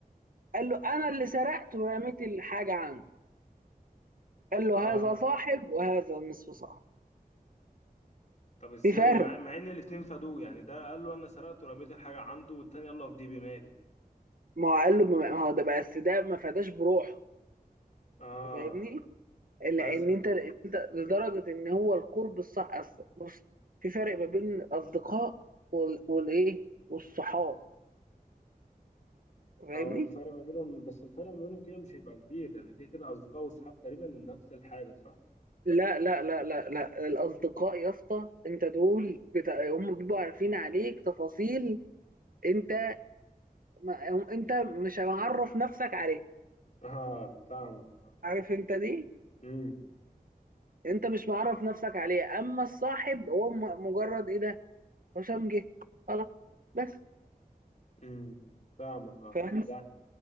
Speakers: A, on the right; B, on the left.
A: قال له انا اللي سرقت ورميت الحاجه عنده قال له
B: اه
A: هذا صاحب وهذا نصف صاحب
B: طب ازاي
A: في فرق
B: مع, مع ان الاتنين فادوه يعني ده قال له انا سرقت ورميت الحاجه عنده والتاني قال له افديه بمالي
A: ما هو قال له ما هو ده بقى بس ده ما فداش بروحه
B: اه
A: فاهمني لان
B: بس فهمت.
A: انت انت لدرجه ان هو القرب الصح أصل- بص في فرق ما بين الاصدقاء وال- والايه والصحاب فاهمني
B: اه الفرق ما بينهم بس الفرق ما بينهم كده مش هيبقى كبير يعني كده كده اصدقاء واصحاب تقريبا نفس الحاجه صح
A: لا لا لا لا لا الاصدقاء يا اسطى انت دول بتا... هم بيبقوا عارفين عليك تفاصيل انت ما انت مش معرف نفسك عليه
B: اه فاهمك اه
A: عارف انت دي
B: امم
A: انت مش معرف نفسك عليه اما الصاحب هو م- مجرد ايه ده هشام جه خلاص بس
B: امم فاهمك اه
A: فاهم
B: يعني